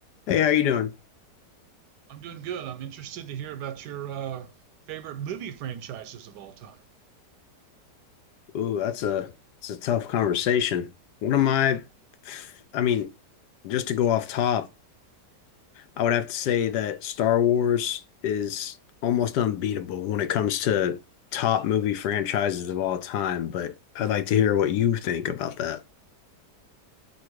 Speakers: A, on the left; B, on the right.
A: Hey, how you doing?
B: I'm doing good. I'm interested to hear about your uh, favorite movie franchises of all time.
A: Ooh, that's a it's a tough conversation. One of my, I mean, just to go off top, I would have to say that Star Wars is almost unbeatable when it comes to top movie franchises of all time, but I'd like to hear what you think about that.